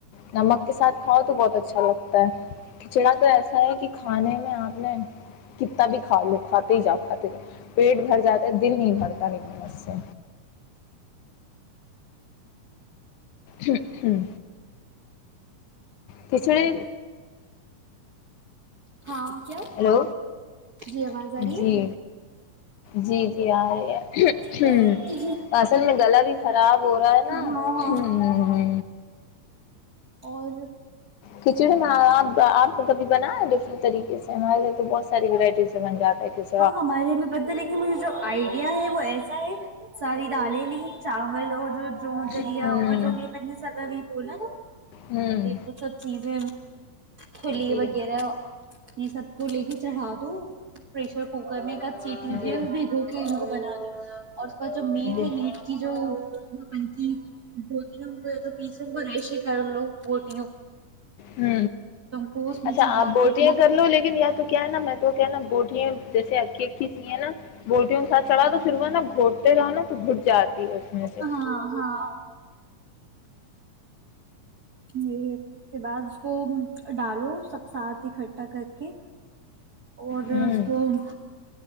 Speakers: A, on the left; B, on the right.
A: نمک کے ساتھ کھاؤ تو بہت اچھا لگتا ہے کھچڑا تو ایسا ہے کہ کھانے میں آپ نے کتا بھی کھا لو کھاتے ہی جاؤ کھاتا پیٹ بھر جاتا ہے دل نہیں بھرتاس سے ہ ہوں توچھڑے
B: ہاں کیا
A: ہلو
B: جی آواز آ رہی
A: جی جی جی آ رہی ہے
B: ہے
A: ہ اصل میں گلا بھی خراب ہو رہا ہے نا
B: ہاں ہاں
A: ہ ہ
B: اور
A: کھچڑیپ آپ کبھی بنا ہے ڈفرنٹ طریقے سے ہمارے گھر تو بہت ساری ورائٹیز سے بن جاتا ہے کھچڑی
B: ہاں ہمارے ب ل کہن مجھے جو آئیڈیا ہے وہ ایسا ہے ساری دالیں نے چاول اور جو جو دلیا
A: ہوں
B: اور جو بھی اپنے سب میں بولا نا
A: ہوں
B: وہ سب چیزیں تھھولی
A: جی
B: وغیرہ یہ سب کو لے کے چڑھا دو پریشر کوکر میں چیٹی
A: جی
B: بھی د کے ان کو بنا دو اور جو میٹ
A: جی
B: ہے میٹ کی جو پ ت بوٹگ ہو گ تو پیس روم کا رہیش کر لگ ب
A: ہ
B: کو اس میں
A: اچھا
B: چڑھا
A: آپ بوٹنگ
B: کے
A: کر لو لیکن یا تو کیا ہے نا میں تو کیا نا بوٹ جیسے اھی اھی سی ہیں نا بوٹیوں کے ساتھ چڑا تو پھر وہ نا گھوٹتے رہو نا تو گھٹ جاتی ہے اس میں
B: ہاں
A: سے
B: ہاں یہ اس کے بعد اس کو ڈالو سب ساتھ ا کٹ ٹا کر کے اور ہن
A: ہوں